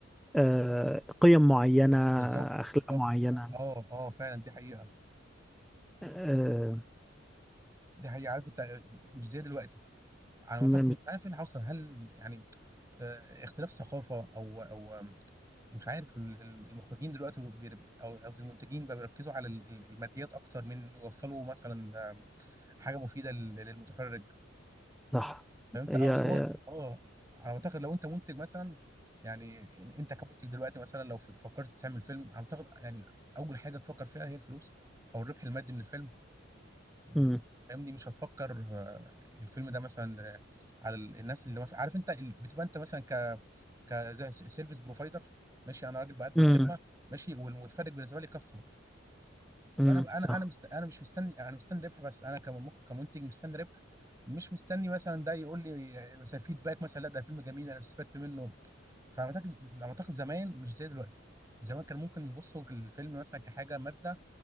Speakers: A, in the centre; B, on the right (about 15°).
A: آه، قيم معينه
B: بالظبط
A: اخلاق
B: بالظبط
A: معينه
B: اه اه فعلا دي حقيقة
A: آه،
B: دي حقيقة عارف انت مش زي دلوقتي على ما
A: م-
B: اعتقد
A: مش-
B: مش عارف ايه اللي حصل هل يعني آه، اختلاف ثقافة او او آم، مش عارف ال- ال- المخرجين دلوقتي بيرب- او قصدي المنتجين بقى بيركزوا على ال- ال- الماديات اكتر من يوصلوا مثلا آه، حاجه مفيده لل- للمتفرج
A: صح
B: فهمت
A: هي
B: اه اصل
A: هي-
B: هو اه انا معتقد لو انت منتج مثلا يعني انت كمنتج دلوقتي مثلا لو ف- فكرت تعمل فيلم انا معتقد يعني اول حاجه تفكر فيها هي الفلوس او الربح المادي من الفيلم م،
A: مم،
B: فاهمني مش هتفكر آه، الفيلم ده مثلا آه، على ال- الناس اللي مثلا عارف انت ال- بتبقى انت مثلا ك ك سيرفيس بروفايدر ماشي انا راجل بقدم
A: مم،
B: خدمه ماشي والمتفرج بالنسبه لي كاستمر فانا
A: مم، صح
B: انا انا مست... انا مش مستني انا مستني ربح بس انا كمخ... كمنتج مستني ربح مش مستني مثلا ده يقول لي مثلا فيدباك مثلا لا ده فيلم جميل انا استفدت منه فانا اعتقد اعتقد زمان مش زي دلوقتي زمان كان ممكن بيبصوا الفيلم مثلا كحاجه ماده